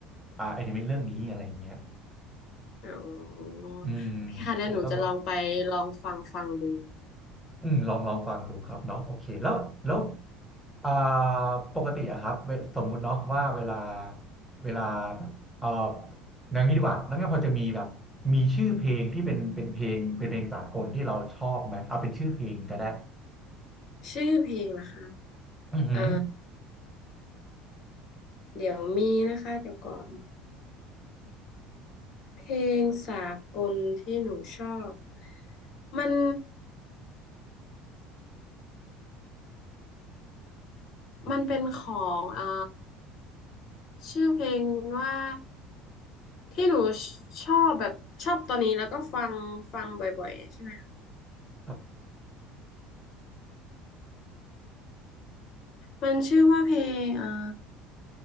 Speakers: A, in the centre; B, on the left.
A: อ่าอนิเมะเรื่องนี้อะไรอย่างเงี้ย
B: อ๋อ
A: อืม
B: พี่ค่ะเดี๋ยวหนูจะลองไปลองฟังฟังดู
A: อาจจะต้องลอง อืมลองลองฟังดูครับเนาะโอเคแล้วแล้วอ่าปกติอะครับเวสมมุติเนาะว่าเวลาเวลาแบบเอ่ออย่างนี้ดีกว่าน้องแง่พอจะมีแบบมีชื่อเพลงที่เป็นเป็นเพลงเป็นเพลงสากลที่เราชอบไหมเอาเป็นชื่อเพลงก็ได้
B: ชื่อเพลงนะคะ
A: อือหือ
B: เอ่อ เดี๋ยวมีนะคะเดี๋ยวก่อนเพลงสากลที่หนูชอบมันมันเป็นของเอ่อชื่อเพลงว่าที่หนูชอบแบบชอบตอนนี้แล้วก็ฟังฟังบ่อยๆใช่ไหมคะ
A: ครับ
B: มันชื่อว่าเพลงเอ่อ